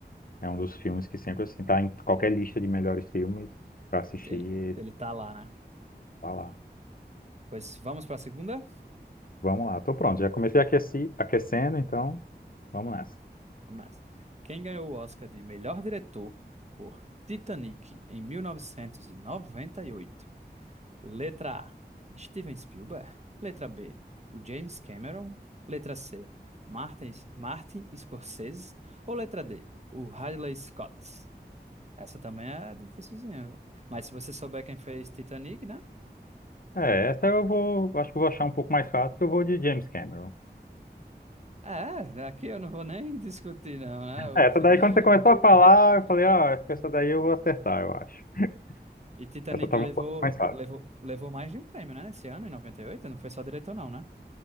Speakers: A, on the left; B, on the right.
A: é um dos filmes que sempre, assim, tá em qualquer lista de melhores filmes para assistir
B: Ele, ele
A: e
B: tá lá, né?
A: falar.
B: Pois vamos pra segunda?
A: Vamos lá, tô pronto. Já comecei a aqueci- aquecendo, então vamos nessa.
B: Vamos nessa. Quem ganhou o Oscar de melhor diretor por Titanic em 1998? Letra A, Steven Spielberg. Letra B, o James Cameron. Letra C, Martin, Martin Scorsese. Ou letra D, o Ridley Scott. Essa também é dificilzinha. viu? Mas se você souber quem fez Titanic, né?
A: É, essa eu vou, acho que eu vou achar um pouco mais fácil, porque eu vou de James Cameron.
B: É, aqui eu não vou nem <laughs> discutir, não, né?
A: É, Essa
B: Eu-
A: daí, quando você começou a falar,
B: <laughs>
A: eu falei, ó, acho que essa daí eu vou acertar, eu acho.
B: E Titanic
A: Essa tava
B: levou,
A: um pouco mais fácil.
B: levou, levou mais de um prêmio, né? Esse ano, em 98, não foi só diretor, não, né?